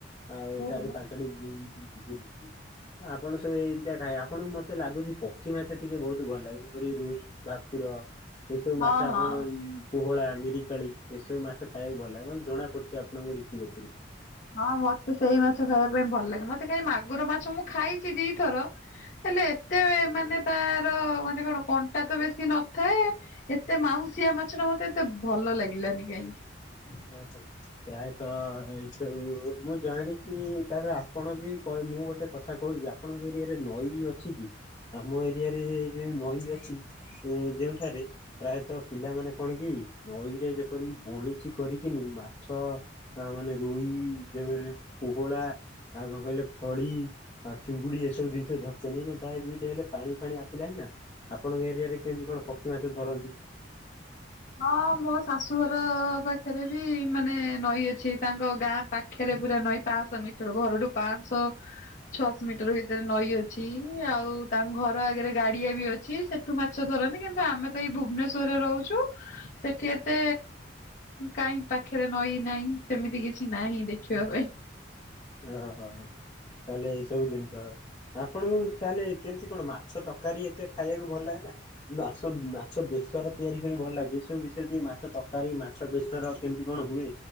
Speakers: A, on the left; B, on the left.
A: ଆଉ
B: ଓହୋ
A: ଚାରିରୁ ପାଞ୍ଚଟି ବୁ ଆପଣ ସବୁ ଏମିତିଆ ଖାଇବେ ଆପଣଙ୍କୁ ମତେ ଲାଗୁଛି ପକ୍ଷୀ ମାଛ ଟିକେ ବହୁତ ଭଲ ଲାଗେ। ଯେପରିକି-ରୋହି। ଭାକୁର ଏସବୁ
B: ହଁ
A: ମାଛ ଆପଣ
B: ହଁ।
A: ପୋହଳା, ମିରିକାଳି ଏସବୁ ମାଛ ଖାଇବାକୁ ଭଲ ଲାଗେ ମତେ ଜଣା ପଡୁଛି ଆପଣଙ୍କ ରୀତିଗତି
B: ହଁ ମତେ ସେଇ ମାଛ ଖାଇବା ପାଇଁ ଭଲ ଲାଗେ ମତେ କାଇଁ ମାଗୁର ମାଛ ମୁଁ ଖାଇଛି ଦିଥର। ହେଲେ ଏତେ ମାନେ ତାର ମାନେ କଣ କଣ୍ଟା ତ ବେଶୀ ନଥାଏ। ଏତେ ମାଉସିଆ ମାଛଟା ମତେ ଏତେ ଭଲ ଲାଗିଲାନି କାହିଁକି।
A: ହଉ ହଉ। ପ୍ରାୟତଃ ଏଇସବୁ ମୁଁ ଜାଣିଛି ତାପରେ ଆପଣ ବି ମୁଁ ଗୋଟେ କଥା କହୁଛି। ଆପଣଙ୍କ ଏରିଆରେ ନଈ ଅଛି କି ଆମ ଏରିଆରେ ଯୋଉଁ ନଈ ଅଛି। ଯେଉଁଠାରେ ପ୍ରାୟତଃ ପିଲାମାନେ କଣ କି ନଈରେ ଯେପରିକି ବଣି। ଚି କରିକିନି ମାଛ ମାନେ ରୋଇ ଯେମିତି ପୋହଳା। ଆଉ କଣ କହିଲେ ଫଳି। ଆଉ ଚିଙ୍ଗୁଡି ଏସବୁ ଜିନିଷ ଧରିଛନ୍ତି ନା ଯାହା ବି ହେଲେ ପାଣି ଫାଣି ଆସିଲାଣି ନା। ଆପଣଙ୍କ ଏରିଆରେ କେମିତି କଣ ପକ୍ଷୀ ମାଛ ଧରନ୍ତି?
B: ହଁ ମୋ ଶାଶୁଘର ପାଖରେ ବି ମାନେ ନଈ ଅଛି ତାଙ୍କ ଗାଁ ପାଖ ପାଖରେ ପୁରା ନଈଁ ପାଞ୍ଚଶହ ମିଟର ଘରଠୁ ପାଞ୍ଚଶହ। ଛଅଶ ମିଟର ଭିତରେ ନଈ ଅଛି ଆଉ ତାଙ୍କ ଘର ଆଗରେ ଗାଡିଆ ବି ଅଛି ସେଠ ଠୁ ମାଛ ଧରନ୍ତିି କିନ୍ତୁ ଆମେ ତ ଏଇ ଭୁବନେଶ୍ୱରରେ ରହୁଛୁ। ସେଠି ଏତେ କାହିଁ ପାଖରେ ନଈ ନାହିଁ ସେମିତି କିଛି ନାହିଁ ଦେଖିବା ପାଇଁ।
A: ଓ ହୋ ତାହେଲେ ଏଇ ସବୁ ଜିନିଷ। ଆପଣଙ୍କୁ ତାହେଲେ କେମିତି କଣ? ମାଛ ତରକାରୀ ଏତେ ଖାଇବାକୁ ଭଲ ଲାଗେ ନା? ମାଛ ମାଛ ବେଶର ତିଆରି କରି ଭଲ ଲାଗେ ଏ ସବୁ ବିଷୟରେ ଟିକେ ମାଛ ତରକାରୀ। ମାଛ ବେଶର କେମିତି କଣ ହୁଏ